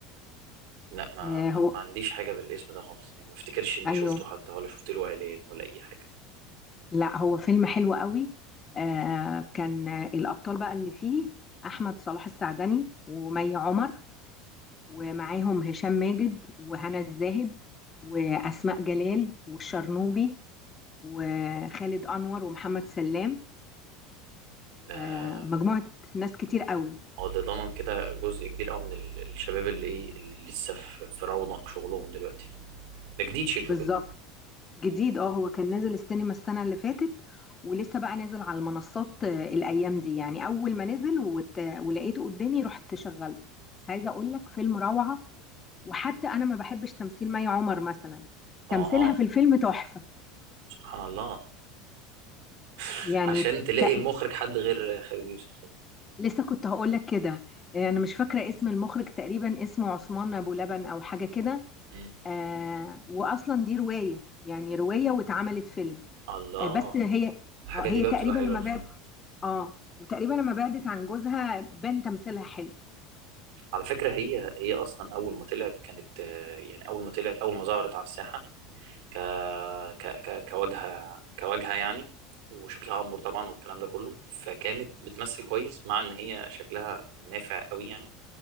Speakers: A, on the right; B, on the left.
A: لا ما,
B: آه
A: ما,
B: هو
A: ما عنديش حاجة بالاسم ده خالص يعني ما افتكرش اني
B: ايوه
A: شفته حتى ولا شفت له اعلان ولا اي حاجة
B: لا هو فيلم حلو قوي آه كان آه، الأبطال بقى اللي فيه أحمد صلاح السعدني ومي عمر ومعاهم هشام ماجد وهنا الزاهد وأسماء جلال والشرنوبي وخالد أنور ومحمد سلام
A: ده
B: آه مجموعة ناس كتير قوي
A: هو ده ضمن كده جزء كبير قوي من ال- الشباب اللي ايه اللي لسه في في رونق شغلهم دلوقتي ده جديد شكله
B: بالظبط
A: كده
B: جديد اه هو كان نازل السينما السنة اللي فاتت ولسه بقى نازل على المنصات آه، الأيام دي يعني أول ما نزل وت... ولقيته قدامي رحت شغلته بس عايزة أقول لك فيلم روعة وحتى انا ما بحبش تمثيل مي عمر مثلا
A: اه
B: تمثيلها
A: آه،
B: في الفيلم تحفة
A: سبحان الله <laughs>
B: يعني
A: عشان تلاقي
B: ت...
A: المخرج حد غير خالد يوسف طبعا
B: لسه كنت هقول لك كده آه، انا مش فاكرة اسم المخرج تقريبا اسمه عثمان ابو لبن او حاجة كده
A: مم.
B: آه واصلا دي رواية يعني رواية واتعملت فيلم
A: الله
B: آه بس هي
A: الحاجات
B: آه هي
A: دي بقى
B: تقريبا
A: بتبقى حلوة
B: لما
A: بصراحة
B: بعد اه وتقريبا لما بعدت عن جوزها بان تمثيلها حلو
A: على فكرة هي هي اصلا اول ما طلعت كانت آه، يعني اول ما طلعت اول ما ظهرت على الساحة ك... ك... ك... كواجهة كواجهة يعني وشكلها أمور طبعا والكلام ده كله فكانت بتمثل كويس مع إن هي شكلها نافع قوي يعني